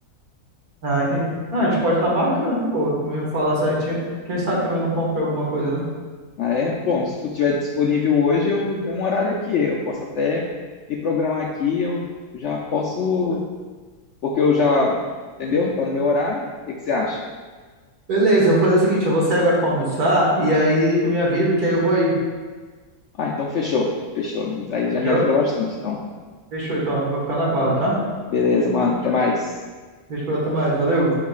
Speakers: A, on the right (about 65°); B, on the left (about 65°).
A: Ah, entendi. Não, a gente pode estar marcando, pô, tu me falar certinho. Quem sabe também eu não compre alguma coisa, né?
B: Ah, é? Bom, se tu tiver disponível hoje, eu tenho um horário aqui. Eu posso até me programar aqui, eu já posso, porque eu já, entendeu? Tá no meu horário. O que que você acha?
A: Beleza, eu vou fazer o seguinte, eu vou sair agora pra almoçar e aí tu me avisa que aí eu vou aí.
B: Ah, então fechou. Fechou. Isso aí
A: Fechou?
B: já me ajuda bastante. Então,
A: Fechou, então. Vou ficar na guarda, tá?
B: beleza, mano. Até mais.
A: Fechou, até mais. Valeu.